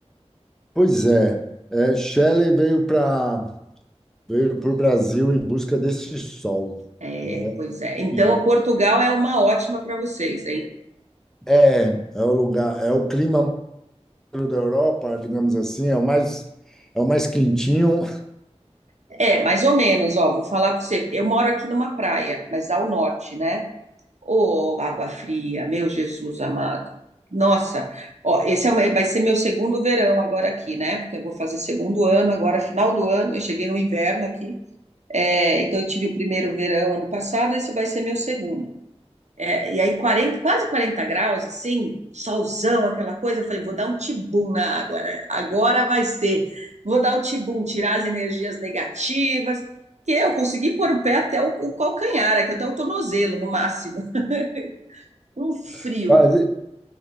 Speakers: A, in the centre; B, on the right.
A: Pois é, é, Shelley veio para veio para o Brasil em busca desse sol,
B: É,
A: né?
B: pois é. Então,
A: E
B: Portugal é uma ótima para vocês, hein?
A: É, é é o lugar, é o clima centro da Europa, digamos assim, é o mais, é o mais quentinho.
B: É, mais ou menos, ó, vou falar para você. Eu moro aqui numa praia, mas ao norte, né? Ô, água fria, meu Jesus amado. Nossa, ó, esse é o vai ser meu segundo verão agora aqui, né? Porque eu vou fazer segundo ano agora, final do ano. Eu cheguei no inverno aqui, é, então eu tive o primeiro verão ano passado, esse vai ser meu segundo. É, e aí 40, quase 40 graus, assim, solzão, aquela coisa, eu falei, vou dar um tibum na água, né? Agora vai ser. Vou dar o tibum, tirar as energias negativas, que eu consegui pôr o pé até o, o calcanhar, aqui até o tornozelo, no máximo. <laughs> Um frio,
A: <laughs> Mas